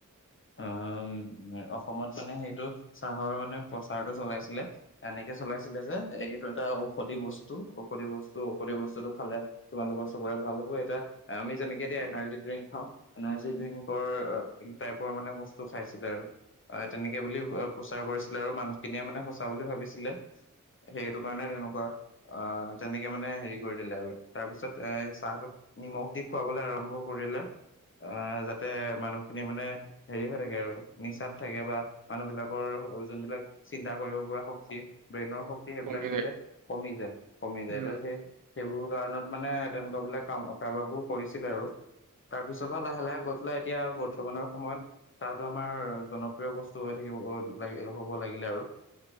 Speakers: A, on the left (about 40°); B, on the right (about 75°).
A: আহ অসমত মানে সেইটো চাহৰ মানে প্ৰচাৰটো চলাইছিলে। এনেকে চলাইছিলে যে এইটো এটা ঔষধি বস্তু ঔষধি বস্তু ঔষধি বস্তুটো খালে তোমালোকৰ চবৰে ভাল হ'ব এটা আমি যেনেকে দিয়া এনাৰ্জি ড্ৰিংক খাওঁ। এনাৰ্জি ড্ৰিংকৰ টাইপৰ মানে বস্তু খাইছিলে আৰু অ তেনেকে বুলি প্ৰচাৰ কৰিছিলে আৰু মানুহখিনিয়ে মানে সঁচা বুলি ভাবিছিলে সেইটো কাৰণে তেনেকুৱা আহ তেনেকে মানে হেৰি কৰি দিলে আৰু তাৰ পিছত এ চাহটোক নিমখ দি খুৱাবলৈ আৰম্ভ কৰিলে আহ যাতে মানুহখিনি মানে হেৰি হৈ থাকে আৰু নিচাত থাকে বা মানুহ বিলাকৰ যোনবিলাক চিন্তা কৰিব পৰা শক্তি ব্ৰেইনৰ শক্তি সেইবিলাক
B: কমি
A: যাতে
B: যায়।
A: কমি যায় কমি
B: উম,
A: যায় ত' সেই সেইবোৰ কাৰণত মানে তেনেকুৱা বিলাক কাম কাৰবাৰ বোৰ কৰিছিলে আৰু। তাৰপিছৰ পৰা লাহে লাহে গৈ পেলাই এতিয়া বৰ্তমানৰ সময়ত চাহটো আমাৰ জনপ্ৰিয় বস্তু হৈ থাকিব হব লাগিলেও আৰু।